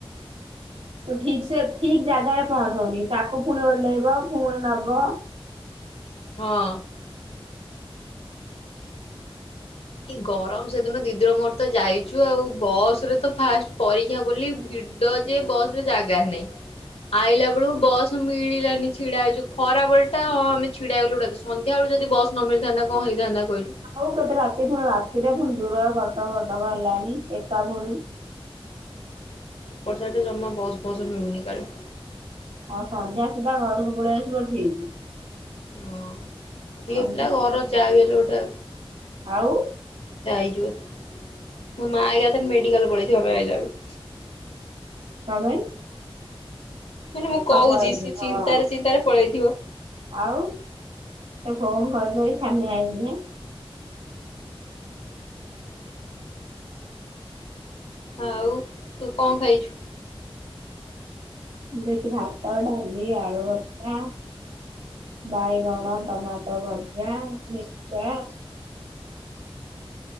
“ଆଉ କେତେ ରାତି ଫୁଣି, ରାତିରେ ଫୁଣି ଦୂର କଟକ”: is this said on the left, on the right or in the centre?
Right